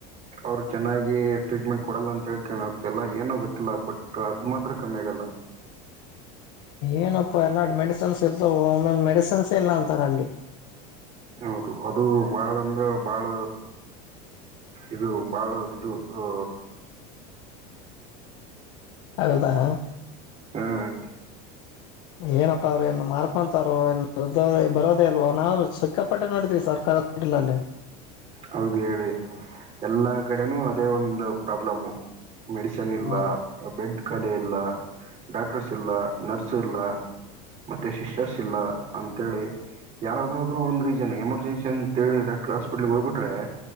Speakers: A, on the right; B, on the left.
A: ಅವ್ರು ಚೆನ್ನಾಗಿ ಟ್ರೀಟ್ಮೆಂಟ್ ಕೊಡಲ್ಲ ಅಂತ ಹೇಳ ಕ ಆತಲ್ಲ ಏನ ಗೊತ್ತೆ ಬಟ್ ಅದು ಮಾತ್ರ ಕಮ್ಮಿ ಆಗಲ್ಲ
B: ಏನಪ್ಪಾ ಎಲ್ಲ ಮೆಡಿಸನ್ಸ್ ಇರ್ತಾವ ಒಮ್ಮಂದ ಮೆಡಿಸನ್ಸೇ ಇಲ್ಲ ಅಂತಾರ ಅಲ್ಲಿ
A: ಹೌದು ಅದು ಬಾಳಂದ ಭಾಳ ಇದು ಬಾಳ ಇದು ಅ
B: ಹೌದಾ
A: ಹ
B: ಏನಪ್ಪಾ ಅವ್ರ ಏನ್ ಮಾರ್ಕೊಂತಾರೋ ಏನ್ ಬರೋದೇ ಇಲ್ವೋ ನಾವ ಸಿಕ್ಕಾಪಟ್ಟೆ ನೋಡಿದೀವಿ ಸರ್ಕಾರದ. ಮಿಡ್ಲಲ್ಲಿ.
A: ಹೌದು ಹೇಳಿ ಎಲ್ಲಾ ಕಡೆನೂ ಅದೇ ಒಂದು ಪ್ರಾಬ್ಲಮು. ಮೆಡಿಸನ್ ಇಲ್ಲ
B: ಹಾ
A: ಬೆಡ್ ಖಾಲಿ ಇಲ್ಲ ಡಾಕ್ಟರ್ಸ್ ಇಲ್ಲ ನರ್ಸ್ ಇಲ್ಲ. ಮತ್ತೆ ಸಿಸ್ಟರ್ಸ್ ಇಲ್ಲ ಅಂತೇಳಿ. ಯಾವ್ದಾದ್ರು ಒಂದ ರೀಜನ್ ಎಮರ್ಜೆನ್ಸಿ ಅಂತ ಹೇಳಿ ಡಾಕ್ಟರ್ ಹಾಸ್ಪಿಟ್ಲ್ಗೆ ಹೋಗ್ಬಿಟ್ರೆ.